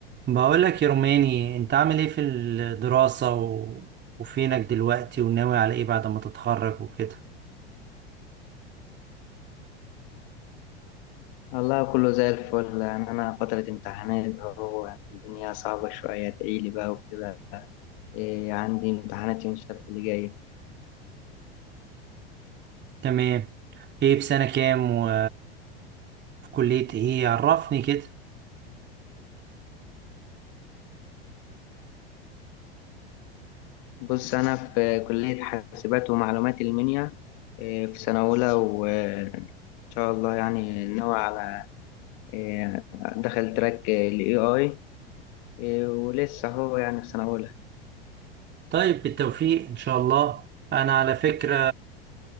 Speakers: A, on the right; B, on the left.
A: بقولك يا روماني انت عامل ايه في الدراسة و... وفينك دلوقتي وناوي على ايه بعد ما تتخرج وكده
B: والله كله زي الفل يعني أنا فترة امتحانات أهو يعني الدنيا صعبة شوية تعيلي بقى وكده إيه عندي امتحانات يوم السبت اللي جاي
A: تمام ايه في سنة كام و في كلية ايه عرفني كده
B: بص أنا في كلية حاسبات ومعلومات المنيا إيه في سنة أولى وإن شاء الله يعني ناوي على إيه دخل تراك ال AI إيه ولسه هو يعني في سنة أولى
A: طيب بالتوفيق ان شاء الله انا على فكرة